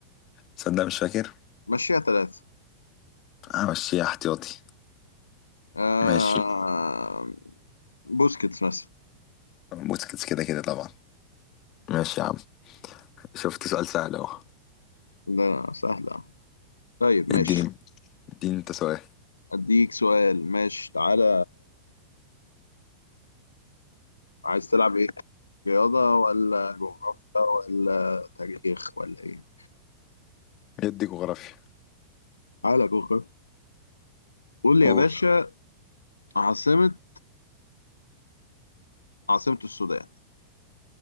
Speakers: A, on the left; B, on the left.
A: تصدق مش فاكر
B: مشيها ثلاثة
A: همشيها احتياطي
B: آه...
A: ماشي
B: بوسكيتس مثلا
A: بوسكيتس كده كده طبعا ماشي يا عم شفت سؤال سهل اهو
B: ده سهلة طيب ماشي
A: اديني اديني انت سؤال
B: اديك سؤال ماشي تعالى عايز تلعب ايه رياضة ولا جغرافيا ولا تاريخ ولا إيه؟
A: ادي جغرافيا
B: على جغرافيا قول لي
A: قول
B: يا باشا عاصمة عاصمة السودان